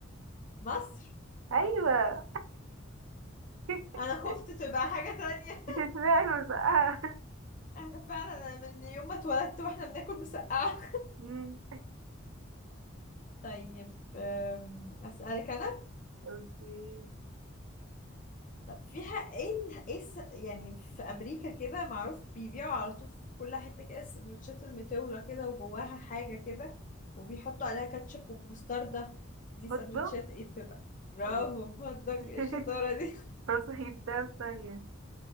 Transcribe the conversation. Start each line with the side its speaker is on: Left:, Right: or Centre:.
Left: مصر
Right: أيوة <laughs>
Left: انا خفت تبقى حاجة تانية
Right: اسمها المسقعة
Left: <laughs> احنا فعلا أنا من يوم ما اتولدت واحنا بناكل مسقعة
Right: مم.
Left: <laughs> طيب أم، اسألك انا
Right: اوكي
Left: طب فيها ايه ال- ايه الس- يعني في امريكا كده معروف بيبيعوا على طول في كل حتة كده السندوتشات المطولة كده وجواها حاجة كده وبيحطوا عليها كاتشب ومستردة دي
Right: هطبخ
Left: سندوتشات ايه بتبقى برافو
Right: ولا
Left: هدك
Right: <laughs>
Left: الشطارة دي
Right: تصحيح ده في ثانية